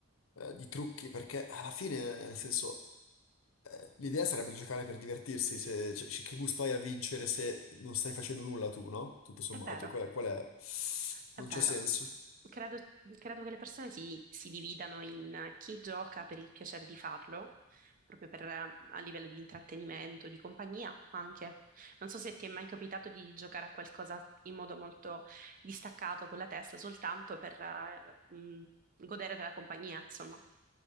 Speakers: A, on the left; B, on the right.
A: eh, di trucchi, perché alla fine, nel senso, eh, l'idea sarebbe giocare per divertirsi, se, cioè, che gusto hai a vincere se non stai facendo nulla tu, no? Tutto sommato,
B: è vero,
A: qual è? qual è?
B: È
A: Non
B: vero.
A: c'è senso.
B: Credo, credo che le persone si, si dividano in chi gioca per il piacere di farlo, proprio per, eh, a livello di intrattenimento, di compagnia anche. Non so se ti è mai capitato di giocare a qualcosa in modo molto distaccato con la testa, soltanto per eh, mh, godere della compagnia, insomma.